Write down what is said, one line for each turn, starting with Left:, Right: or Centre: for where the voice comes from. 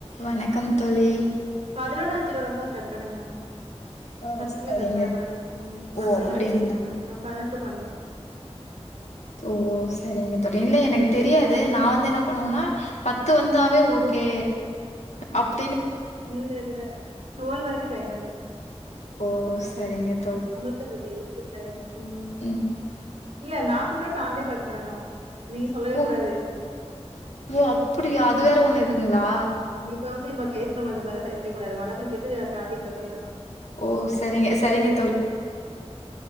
Left: வணக்கம் தோழி
Right: பதினொன்னஞ்சு வரும்போ கட் பண்ணுங்க
Left: ஓ
Right: பத்துக்குள்ள
Left: சரிங்க
Right: கட் பண்ண கூடாது ம் பதினொன்னு
Left: ஓ அப்டிங்களா
Right: அஞ்சு ஆ பதினொ டு பண்ணூ
Left: ஓ செரிங்க தோழி இல்ல எனக்கு தெரியாது நா வந்து என்ன பண்ணுவோனா பத்து வந்தாவே ஓகே அப்
Right: இல்லல்லே டுவல்வ் வரைக்கூ டைம் இருக்
Left: ஓ செரிங்கத்
Right: நம்மளிட்ட வேஸ்ட்ட் டைம் உம்
Left: ம்
Right: இல்ல நான் கூப்ட்டா நான்தா கட் பண்ணனு நீ சொல்லவே
Left: ஓ
Right: கூடாது
Left: ஓ அப்டியா அது வேற ஒண்ணு இருக்குங்களா
Right: இப்ப வந்து இப்ப பேசுறோம்ல இந்தமேறிலாம் பேசவேக்குடாது வணக்கம்ஞ் சொல்ட்டு டாப்பிக்குள்ள பேயிறனு
Left: ஓ சரிங்க சரிங்க